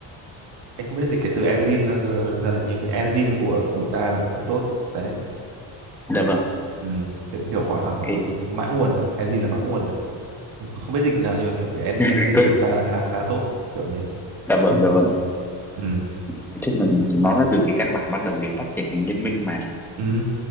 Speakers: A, on the right; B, in the centre.
A: em không biết dịch cái từ engine ra, ra là như cái engine của Dota là cũng tốt đấy
B: dạ vâng
A: ừ. Tiếng kiểu hỏi hỏi hoặc
B: thì
A: là dùng mã nguồn à cái gì là mã nguồn à không không biết dịch nào nhưng mà kiểu cái en-
B: <laughs>
A: engine của Dota là khá khá tốt kiểu như
B: dạ vâng
A: thế. <laughs>
B: dạ vâng
A: ừ.
B: nói chung là nó là từ cái căn bản ban đầu để phát triển thành liên minh mà
A: ừ.